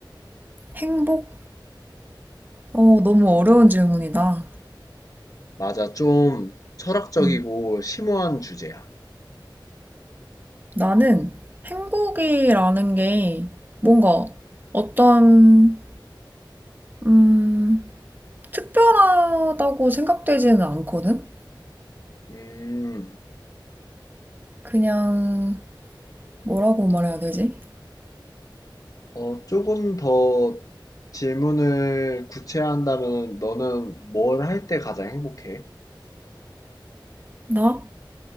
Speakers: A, on the right (about 25°); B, on the left (about 45°).
A: 행복? 어, 너무 어려운 질문이다.
B: 맞아, 좀 철학적이고
A: 음.
B: 심오한 주제야.
A: 나는 행복이라는 게 뭔가 어떤, 음, 특별하다고 생각되지는 않거든?
B: 음,
A: 그냥, 뭐라고 말해야 되지?
B: 어, 조금 더 질문을 구체화한다면 너는 뭘 할 때 가장 행복해?
A: 나?